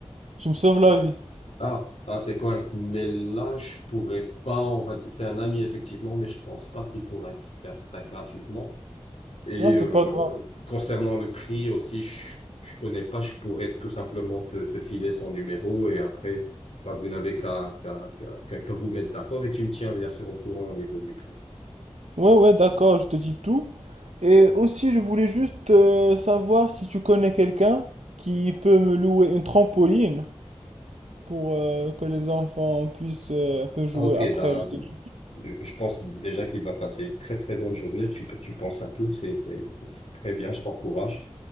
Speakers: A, on the right; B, on the left.
A: Tu me sauves la vie.
B: Ah, ah, c'est correct. Mais là, je pourrais pas. On va... C'est un ami, effectivement, mais je pense pas qu'il pourrait faire ça gratuitement. Et
A: Non,
B: euh,
A: c'est pas grave.
B: concernant le prix aussi, je, je connais pas, je pourrais tout simplement te, te filer son numéro et après, bah, vous n'avez qu'à qu'à qu'à qu'à- qu'à vous mettre d'accord et tu me tiens bien sûr au courant au niveau du prix.
A: Ouais, ouais, d'accord, je te dis tout. Et aussi, je voulais juste euh, savoir si tu connais quelqu'un qui peut me louer une trampoline pour euh, que les enfants puissent euh, un peu jouer
B: Ah ok,
A: après
B: là,
A: le déjeuner.
B: je pense déjà qu'il va passer une très très bonne journée. Tu, peux- tu penses à tout, c'est c'est- c'est- c'est très bien, je t'encourage.